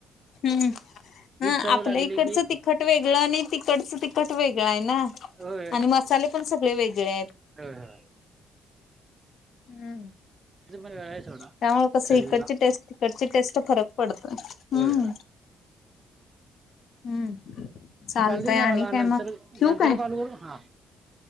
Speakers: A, on the left; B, on the right.
A: हम्म.. हं
B: चव
A: आपल्या
B: लागली
A: इकडचं
B: की
A: तिखट वेगळं आणि तिकडचं तिखट वेगळं आहे ना....
B: होय
A: आणि मसाले पण सगळे वेगळे आहेत
B: होय होय
A: हम्म.
B: त्याचं पण वेळ आहे सोडा
A: त्यामुळे कस
B: चवीला
A: इकडची टेस्ट तिकडची टेस्ट फरक पडत हम्म.
B: होय होय
A: हम्म. चालतय
B: चालते तुम्हाला
A: आणि काय
B: नंतर
A: मग ठेऊ
B: नंतर
A: काय...
B: कॉल करू हा